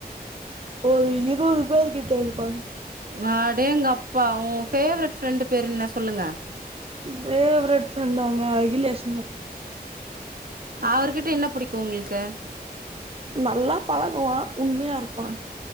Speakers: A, on the right; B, on the right.
A: ஒரு இருவது பேர்க்கிட்ட இருப்பாங்க
B: அடேங்கப்பா உன் ஃபேவரட் ஃப்ரெண்டு் பேரு என்ன சொல்லுங்க
A: ஃபேவரட் ப்ரண்டாங்க அகிலேஷ்ங்க
B: அவர்கிட்ட என்ன புடிக்கு உங்களுக்கு
A: நல்லா பழகுவா உண்மையா இருப்பான்
B: அ